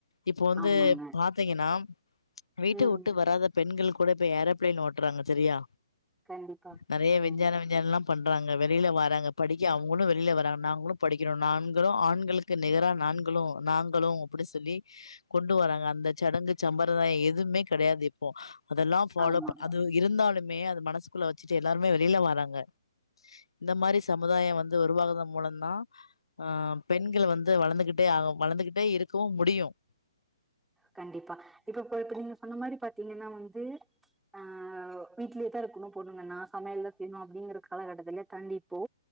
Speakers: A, on the left; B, in the centre.
A: இப்போ வந்து
B: ஆமாங்க
A: பாத்தீங்கன்னா வீட்ட
B: ம்
A: உட்டு வராத பெண்கள் கூட இப்ப ஏரா பிளைன் ஓட்றாங்க செரியா
B: கண்டிப்பா
A: நெறையா
B: ம்
A: வெஞ்சானம் வெஞ்சானம் லாம் பண்றாங்க வெளில வராங்க படிக்க அவுங்களும் வெளில வராங்க நாங்களும் படிக்கிறோம் நாண்களும் ஆண்களுக்கு நிகரா நாண்களும் நாங்களும் அப்டி சொல்லி கொண்டு வராங்க அந்த சடங்கு சம்பரம்தாய எதுமே கெடையாது இப்போ அதெல்லாம் ஃபாலோ
B: ஆமா
A: ப அது இருந்தாலுமே அது மனசுக்குள்ள வச்சிட்டு எல்லாருமே வெளில வராங்க இந்த மாரி சமுதாயம் வந்து உருவாகதன் மூலம் தான் ஆ பெண்கள் வந்து வளந்துகிட்டே ஆகு வளந்துகிட்டே இருக்கவும் முடியும்
B: கண்டிப்பா இப்ப இப்ப இப்ப நீங்க சொன்ன மாரி பாத்தீங்கன்னா வந்து ஆ வீட்லேதான் இருக்கணும் பொண்ணுங்கன்னா சமையல்தா செய்யணும் அப்டிங்கிற காலகட்டத்துலே தாண்டி இப்போ